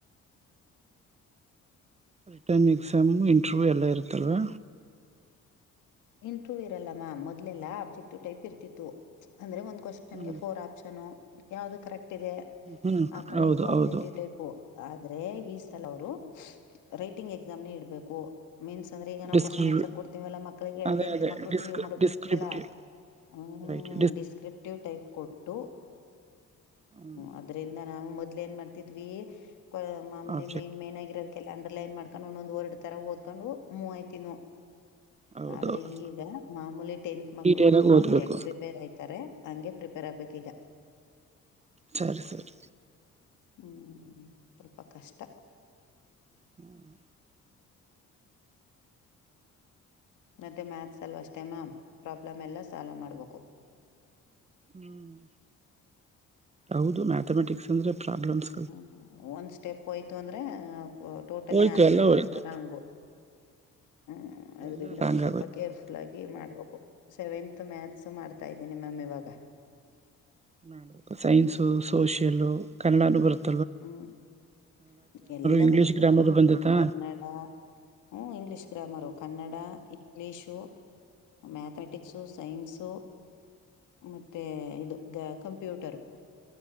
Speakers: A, on the right; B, on the left.
A: ರಿಟರ್ನ್ ಎಕ್ಸಾಮ್ ಇಂಟರ್ವ್ಯೂ ಎಲ್ಲ ಇರುತ್ತಲ್ವ
B: ಇಂಟ್ರವ ಇರಲ್ಲ ಮ್ಯಾಮ ಮೊದಲೆಲ್ಲ ಅಬ್ಜೆಕ್ಟಿವ್ ೈಪ್ ಇರ್ತಿತ್ತು ಅಂದ್ರೆ ಒಂದ್ ಕ್ವನ್ಗೆ
A: ಹ್ಮ್
B: ಫೋರ್ ಆಪ್ಷನ್ ಯಾವ್ದು ಕರೆಕ್ಟ್ ಇದೆ
A: ಹ್ಮ್
B: ಆತರ
A: ಹೌದು
B: ಇತ್ತು ಅಬ್ಜೆಕ್ಟಿವ್
A: ಹೌದು
B: ಟೈಪ್ ಆದ್ರೆ ಈ ಸಲ ಅವರು ರೈಟಿಂಗ್ ಎಕ್ಸಾಮ್ ನ ಇಬೇಕು ಮೀನ್ಸ್ಂದ್ರ ಈಗ ನಾವು
A: ಡಿಸ್ಕ್ರಿ
B: ಕ್ವಶ್ನ್ರ್ ಕೊಡ್ತೀವಲ್ಲ ಮಕ್ಕ ಗೆ
A: ಅದೇ
B: ಟೆಂತ್
A: ಅದೇ
B: ಮಕ್ಕಳು
A: ಡಿಸ್ಕ್
B: ಪಿ ಯು ಮರ ಬರ್ತ್ತಲ್ಲಾ
A: ಡಿಸ್ಕ್ರಿಪ್ಟಿವ್
B: ಹ್ಮ್
A: ರೈಟ್
B: ಡಿಸ್ಕ್ರಿಪ್ಟಿವ್ ಟೈಪ್ ಕೊಟ್ಟು
A: ಹ್ಮ್
B: ಅದ್ರಿಂದ ನಾವು ಮೊದ್ಲ ಏನ್ ಮಾಡ್ತಿದ್ವಿ ಮಾಮೇಲೆ
A: ಆಬ್ಜೆಕ್ಟ್
B: ಮೈನ್ ಮೇನ್ ಆಗಿರೋದ ಲ್ಲ ಅಂಡರ್ಲೈನ್ ಮಾಡ್ಡು ಒಂದೊಂದು್ರಡ್ ತರ ಓದಕೊಂಡು ಮೂವಯ್ತಿವು
A: ಹೌದೌದು
B: ಆದ್ರೆ ಈಗ ಮಾಮೂಲಿ ಟೆಂತ್ ಮಕ್ಳು
A: ಡೀಟೇಲ್
B: ಪಿ
A: ಆಗಿ
B: ಯ
A: ಓದ್ಬೇಕು
B: ಮಕ್ಳು ಹೆಂಗ್ ಪ್ರಿಪೇರ್ ಆಯತಾರೆ ಹಂಗೆ ಪ್ರಿಪೇರ್ ಆಗ್ಬೇಕಕ್ ಈಗ
A: ಸರಿ ಸರಿ
B: ಹ್ಮಞ ಸ್ವಲ್ಪ ಕಷ್ಟ
A: ಹ್ಮ್
B: ಮತ್ತೆ ಮ್ಯಾಥ್ಸಲ್ಲಿ ಅಷ್ಟ ಟೈಮ ಪ್ರಾಬ್ಲಮ್ ಎಲ್ಲ ಸಾಲ್ವ್ ಮಾಡ್ಬೇಕು
A: ಹ್ಮ್ ಹೌದು ಮ್ಯಾಥಮೆಟಿಕ್ಸ್ ಅಂದ್ರೆ ಪ್ರಾಬ್ಲಮ್ಸ್
B: ಹ ಒಂದ್ ಸ್ಟೆಪ್ ಹೋಯ್ತು ಅಂದ್ರೆ ಟೋಟಲಿ
A: ಹೋಯ್ತು
B: ಆನ್ಸರ
A: ಎಲ್ಲ ಹೋಯ್ತು
B: ರಾಂಗು ಹ್ಮ್ ಅದ್ರಿಂದ
A: ಎಲ್ಲ ರಾಂಗ್
B: ಒಂದ ಸ್ವಲ್ಪ
A: ಆಗೋಯ್ತು
B: ಕೇರ್ಫುಲ್ ಗ ಮಾಡ್ಬೇಕು ಸೆವೆಂತ್ ಮ್ಯಾಥ್ಸ್ ಮಾಡ್ತಾ ಇದ್ದೀನಿ ಮ್ಯಾಮ್ ಇವಾಗ
A: ನ ಸೈನ್ಸ ಸೋಷಿಯಲ್ ಕನ್ನಡಾನು ಬರುತ್ತ
B: ಹ್ಮ್ ಎಲ್ಲ
A: ಇಂಗ್ಲಿಷ್
B: ಬರುತ್ತೆ
A: ಗ್ರಾಮರು
B: ನ
A: ಬಂದತಾ
B: ಕನ್ನಡ ಹ್ಮ ಇಂಗ್ಲಿೀಷ್ ಗ್ರಾಮರ್ ಹೋಗ ಕನ್ನಡ ಇಂಗ್ಲೀಷು ಮ್ಯಾಥಮೆಟಿಕ್ಸು ಸೈನ್ಸು ಮತ್ತೆ ಇದು ದ ಕಂಪ್ಯೂಟರು